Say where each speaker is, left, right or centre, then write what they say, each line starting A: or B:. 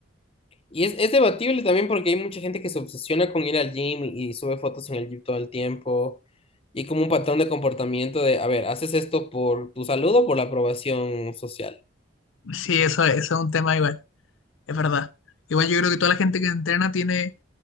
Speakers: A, on the left; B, on the left.
A: Y es, es debatible también porque hay mucha gente que se obsesiona con ir al gym y, y sube fotos en el gym todo el tiempo. Y como un patrón de comportamiento de, a ver, ¿haces esto por tu salud o por la aprobación social?
B: Sí, eso, eso es un tema igual, es verdad. Igual yo creo que toda la gente que entrena tiene